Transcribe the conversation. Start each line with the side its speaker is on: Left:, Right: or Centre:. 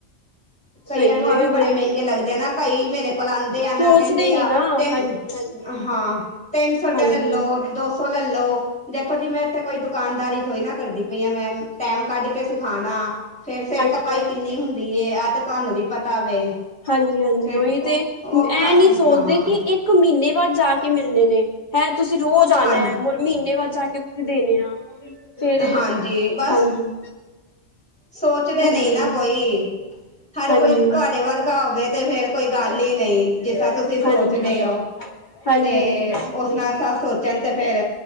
Centre: ਕਈਆਂ
Left: ਸਹੀ
Centre: ਨੂੰ ਆਹ ਵੀ
Left: ਹੈ ਹੋਰ
Centre: ਬੜੇ
Left: ਕੀ
Centre: ਮਹਿੰਗੇ ਲੱਗਦੇ ਨਾ, ਕਈ ਮੇਰੇ ਕੋਲ ਆਂਦੇ ਆ
Left: ਸੋਚਦੇ
Centre: ਨਾ ਕੈਂਦੇ
Left: ਨੀ
Centre: ਆ
Left: ਨਾ ਹਾਂਜੀ
Centre: ਤੇ,
Left: ਹਾਂਜੀ
Centre: ਹਾਂ ਤਿੰਨ ਸੌ ਰੁਪੇਆ
Left: ਹਾਂਜੀ
Centre: ਲੈ ਲੋ ਦੋ ਸੌ ਲੈ ਲੋ ਦੇਖੋ ਜੀ ਮੈਂ ਇੱਥੇ ਕੋਈ ਦੁਕਾਨਦਾਰੀ ਥੋੜੀ ਨਾ ਕਰਦੀ ਪਈ ਆ ਮੈਂ ਟੈਮ ਕੱਢ ਕੇ ਸਿਖਾਣਾ ਫੇਰ ਸਿਰ
Left: ਹਾਂਜੀ
Centre: ਖਪਾਈ
Left: ਹਾਂਜੀ
Centre: ਕਿੰਨੀ ਹੁੰਦੀ ਐਹ ਤੇ ਤੁਹਾਨੂੰ ਵੀ ਪਤਾ ਵੇ।
Left: ਹਾਂਜੀ ਹਾਂਜੀ
Centre: ਫਿਰ
Left: ਉਹੀ
Centre: ਉਹ
Left: ਤੇ ਫੇ
Centre: ਉਹ
Left: ਇਹ ਨਹੀਂ ਸੋਚਦੇ
Centre: ਹਾਂ
Left: ਕਿ ਇਹ ਇੱਕ ਮੀਨੇ ਬਾਦ ਜਾ ਕੇ ਮਿਲਣੇ ਨੇ ਹੈ ਤੁਸੀਂ ਰੋਜ਼ ਆਣਾ
Centre: ਹਾਂ
Left: ਹੈ ਹੋਰ ਮੀਨੇ ਬਾਦ ਜਾ ਕੇ ਤੁਸੀਂ ਦੇਣੇ ਆ। ਫਿਰ
Centre: ਹਾਂਜੀ ਬਸ
Left: ਹਾਂਜੀ,
Centre: ਸੋਚਦੇ
Left: ਹਾਂਜੀ
Centre: ਨਹੀਂ ਨਾ ਕੋਈ ਹਰ
Left: ਹਾਂਜੀ
Centre: ਕੋਈ ਤੁਹਾਡੇ ਵਰਗਾ ਹੋਵੇ ਤੇ ਫੇਰ ਕੋਈ ਗੱਲ ਹੀ ਨਹੀਂ ਜਿਸ ਤਰ੍ਹਾਂ ਤੁਸੀਂ ਸੋਚਦੇ
Left: ਹਾਂਜੀ
Centre: ਹੋ
Left: ਹਾਂਜੀ
Centre: ਤੇ
Left: ਹਾਂਜੀ ਬਿਲਕੁਲ
Centre: ਉਸ ਨਾਲ ਸਭ ਸੋਚ ਤੈਨੂੰ ਤੇ ਫੇਰ